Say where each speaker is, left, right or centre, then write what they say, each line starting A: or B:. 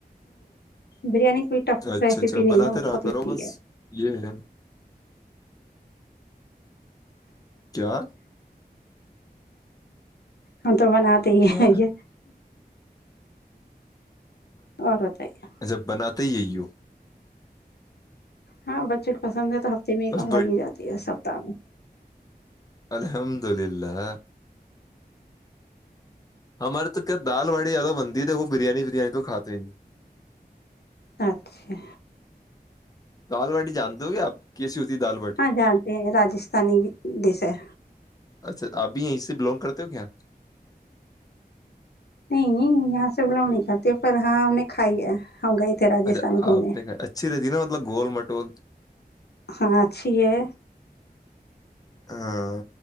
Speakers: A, on the left; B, on the left.
A: بریانی کوئی ٹف
B: اچھا
A: ریسیپی
B: اچھا بناتے
A: نہیں ہے بہت
B: رہا کرو
A: ایزی
B: بس
A: ہے
B: یہ ہے کیا
A: ہم تو بناتے ہی
B: کیا
A: <inaudible> اور بتائیے
B: جب بناات <unintelligible>
A: ہاں بچوں کو پسند ہے تو ہفتے میں ایک
B: بس
A: بار بنی جاتی ہے سپتااہ میں
B: الحمدللہ ہممرت کیا دال واڑی زیادہ بنتی ت وہ بریانی بریانی تو کھات ہی نہیں
A: اچھا
B: کال واڑی جانتے ہو کیا آپ کیسی ہے دال باٹی
A: ہاں ج ہاں ج راجستھانی دس ہے
B: اچھا آپ بھی یہیں بلونگ کرتے ہو کیا
A: نہیں یہاں سے ب لوم نہیں کھاتے پر ہاں ہم نے کھائی ہے ہم گئے تھے راجستھان
B: اچھا
A: گھومنے
B: آپ نے کہ اچھی رہتی نا مطلب گول مٹول
A: ہاں اچھی ہے
B: ہاں